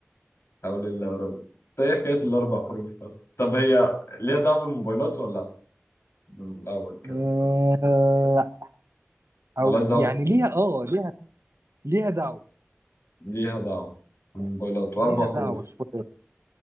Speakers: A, on the left; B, on the right.
A: حول الله يا رب طيب إيه حكاية الأربع حروف بس طب هي ليها دعوة بالموبايلات ولا لأ؟ من الأول كده
B: آه، لا
A: ملهاش
B: او
A: دعوة
B: يعني ليها اه ليها ليها دعوه
A: ليها دعوة بالموبايلات
B: يعني
A: وأربع
B: ليها دعوه
A: حروف
B: شويه